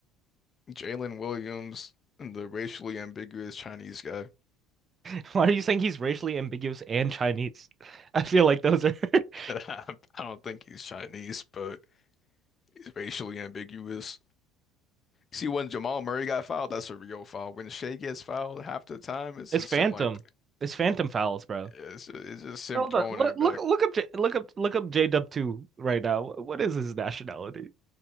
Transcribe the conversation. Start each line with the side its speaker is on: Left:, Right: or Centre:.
Left: Jalen Williams, the racially ambiguous Chinese guy.
Right: <laughs> Why are you saying he's racially ambiguous and Chinese? <laughs> I feel like those are <laughs>
Left: <laughs> I don't think he's Chinese, but he's racially ambiguous. See, when Jamal Murray got fouled, that's a real foul. When Shea gets fouled half the time, it's
Right: it's
Left: just
Right: phantom.
Left: him like
Right: It's phantom fouls, bro.
Left: Yeah, it's just, it's just him
Right: Hold
Left: throwing
Right: on. Look
Left: it
Right: look
Left: back.
Right: look up J look up look up J Dub 2 right now. What is his nationality?